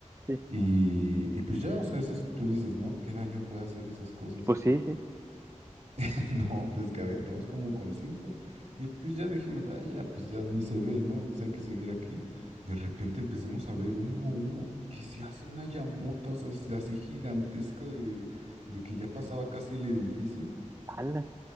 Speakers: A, on the right; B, on the right.
A: Sí.
B: Y, y pues ya, o sea, esas tú dices, ¿no? ¿Qué daño puede hacer esas cosas?
A: Pues sí, sí.
B: <laughs> No, pues que aventamos como con cinco y pues ya dijimos, ah, ya, pues ya ni se ve, ¿no? Pues hay que seguir aquí. De repente empezamos a ver humo, humo, que se hace una llamota, o sea, así gigantesca de, de que ya pasaba casi el edificio.
A: Ala.